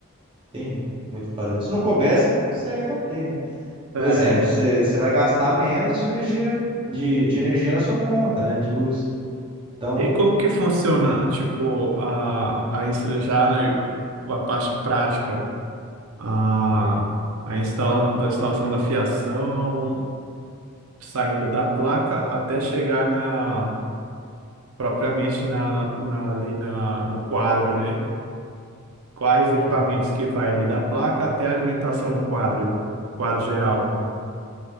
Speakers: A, on the right; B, on the right.
A: tem muito o que fazer. Se não couber, você não consegue abater, né?
B: É.
A: Por exemplo, você você vai gastar menos a sua energia de, de energia na sua conta, né? De luz. Então,
B: E como que funciona, tipo, a, a, ins- já né, a parte prática, a, a instala, da instalação da fiação, saindo da placa até chegar na, propriamente na, na, na- ali na, no quadro, né? Quais
A: Uhum,
B: equipamentos que vai ali da placa até a alimentação no quadro, quadro geral?
A: uhum.